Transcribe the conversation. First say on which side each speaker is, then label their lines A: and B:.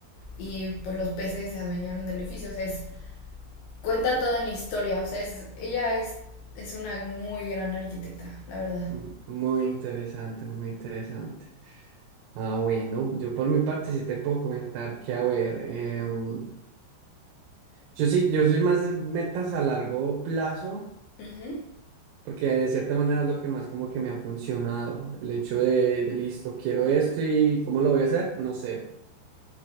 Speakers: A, on the left; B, on the right.
A: y pues los peces se adueñaron del edificio. O sea, es, cuenta toda una historia. O sea, es, ella es, es una muy gran arquitecta, la verdad.
B: Mm, Muy interesante, muy interesante. Ah, bueno, yo por mi parte sí te puedo comentar que, a ver, em, yo sí, yo soy más de metas a largo plazo,
A: Ujú.
B: porque de cierta manera es lo que más como que me ha funcionado. El hecho de, de listo, quiero esto y ¿cómo lo voy a hacer? No sé.